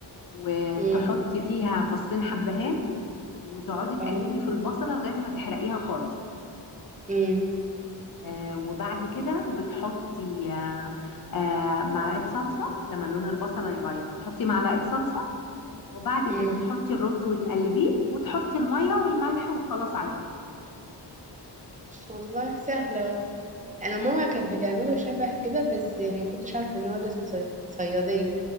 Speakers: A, on the left (about 50°); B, on the right (about 20°).
A: وتحطي
B: امم
A: فيها فصين حبهان وتقعدي تقلبي
B: اه
A: في البصلة لغاية ما تحرقيها خالص
B: امم
A: آه وبعد كده بتحطي آه آه معلقة صلصة لما لون البصلة يغير تحطي معلقة صلصة وبعد كده
B: امم
A: تحطي الرز وتقلبيه وتحطي المية والملح وخلاص على كده
B: والله سهلة اهو. انا ماما كانت بتعمله شبه كده بس ما كنتش عارفه ان هو ده اسمه صياد- صياديه